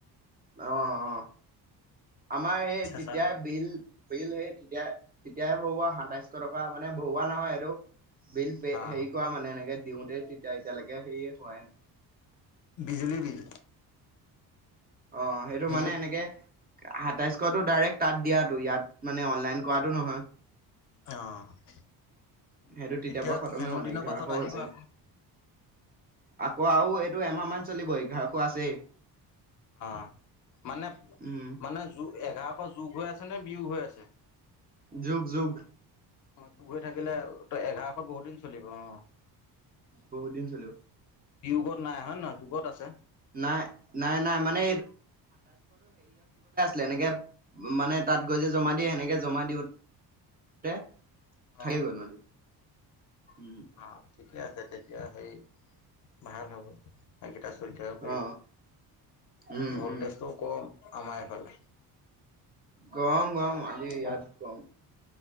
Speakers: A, on the right; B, on the left.
A: অ অ আমাৰ সেই
B: চেঁচা
A: তেতিয়াই বিল বিল সেই তেতিয়া তেতিয়াই ভৰোৱা সাতাইশ টকা মানে ভৰোৱা নহয়, এইটো বিল পে
B: অ',
A: হেৰি কৰা মানে এনেকে দিওঁতে তেতিয়া, এতিয়ালৈকে হেৰি হোৱাই নাই।
B: বিজুলী বিল।
A: অ', সেইটো
B: বিজু
A: মানে এনেকে সাতাইশটো ডাইৰেক্ট তাত দিয়াটো, ইয়াত মানে অনলাইন কৰাটো নহয়।
B: অ',
A: সেইটো তেতিয়াৰ
B: এতিয়া
A: পৰা
B: <unintelligible>
A: খতমে হোৱা নাই
B: দিনৰ
A: এঘাৰশ
B: পাছত আহিবা।
A: হৈছেগে। আকৌ আৰু এইটো এমাহমান চলিবই এঘাৰশ আছেই।
B: অ', মানে,
A: উম
B: মানে যোগ এঘাৰশ যোগ হৈ আছে। নে বিয়োগ হৈ আছে?
A: যোগ, যোগ।
B: অ', যোগ হৈ থাকিলে এঘাৰশত বহুত দিন চলিব অ'।
A: বহুত দিন চলিব।
B: বিয়োগত নাই অহা নহয়, যোগত আছে?
A: নাই নাই নাই মানে যেনেকে মানে তাত গৈ যে জমা দিয়ে, সেনেকে জমা দিওঁ তে থাকি
B: অ',
A: গ'ল মানে। উম
B: অ', ঠিকে আছে, তেতিয়া সেই ভাল হ'ব <unintelligible> চলি থাকিব পাৰিব,
A: অ উম
B: ভ'ল্টেজটো
A: উম
B: কম আমাৰ এইফালে।
A: গৰম, গৰম আজি ইয়াত
B: ব
A: গৰম।